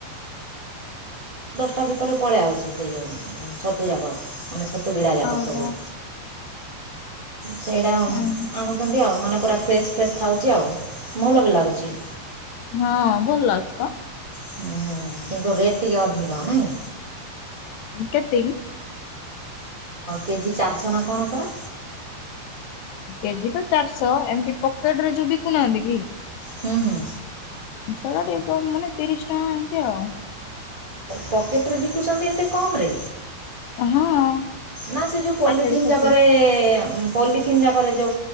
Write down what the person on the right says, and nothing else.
ଟା ଭିତରେ ପଳେଇ ଆାଉଛି ସେ ଯେଉଁ ଛତୁ ଯାକ ମାନେ ଛତୁ ବିଡ଼ା ଯାକ
ସବୁ। ସେଇଟା
ଆଣୁଛନ୍ତି ଆଉ ମାନେ ପୁରା ଫ୍ରେେଶ ଫ୍ରେେଶ୍ ଥାଉଛି ଆଉ ଭଲ ବି ଲାଗୁଛି।
ହୁଁ କିନ୍ତୁ ରେଟ୍ ଟିକେ ଅଧିକ ନାଇଁ।
କେଜି ଚାରିଶହ ନା କଣ ପରା।
ହୁଁ ହୁଁ।
ପକେଟରେ ବିକୁଚନ୍ତି ଏତେ କମ ରେ।
ନା ସେ ଯଉ ପଲିଥିନ
ଯାକରେ ପଲିଥିନ୍ ଯାକରେ ଯେଉଁ